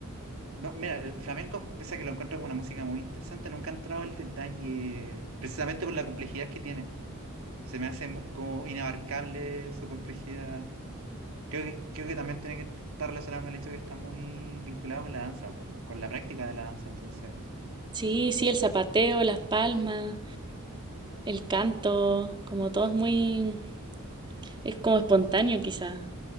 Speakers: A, on the right (about 70°); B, on the right (about 20°).
A: no, mira, el flamenco, pese a que lo encuentro como una música muy interesante, nunca he entrado al detalle, precisamente por la complejidad que tiene. Se me hace mu- como inabarcable su complejidad. Creo que, creo que también tiene que estar relacionado con el hecho de que está muy vinculado con la danza, como con, con la práctica de la danza. Entonces,
B: Sí, sí, el zapateo, las palmas, el canto, como todo es muy Es como espontáneo, quizá.